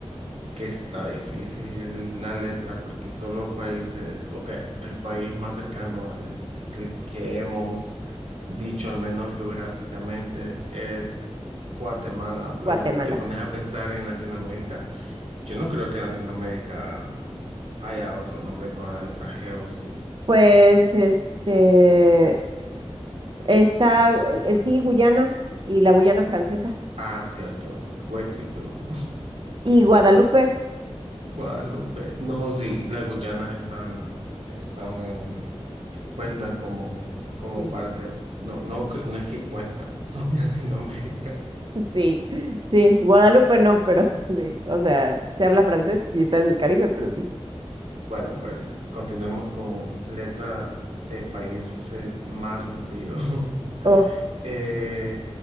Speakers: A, on the right; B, on the right.
A: que está difícil la letra porque solo países, ok, el país más cercano de- del que hemos dicho, al menos geográficamente, es Guatemala,
B: Guatemala.
A: pero si te pones a pensar en Latinoamérica, yo no creo que en Latinoamérica haya otro nombre con la letra G o sí.
B: Pues este está eh, sí, Guyana y la Guyana francesa.
A: Ah, ciertos, Huexico,
B: Y Guadalupe.
A: <laughs> Guadalupe. No, sí, las Guyanas están, están en... cuentan como, como
B: Sí.
A: parte,
B: <laughs>
A: no, no, que- no es que cuentan, son <laughs> Latinoamérica.
B: Sí, sí, Guadalupe no, pero <laughs> sí. O sea, se habla francés y está en el Caribe, pero sí.
A: Bueno, pues continuemos con letra de países más sencillo. <laughs>
B: Ok.
A: Eh,